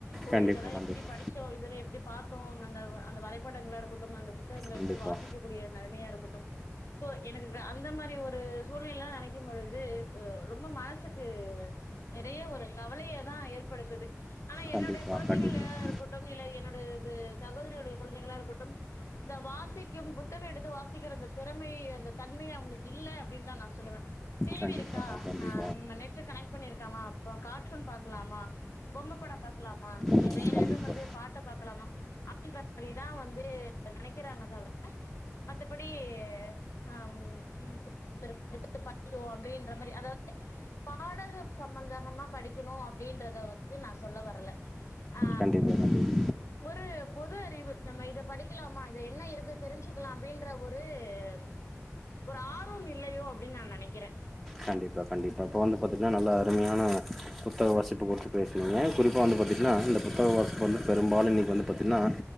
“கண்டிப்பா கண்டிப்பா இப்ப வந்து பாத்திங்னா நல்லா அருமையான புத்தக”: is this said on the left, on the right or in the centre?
Centre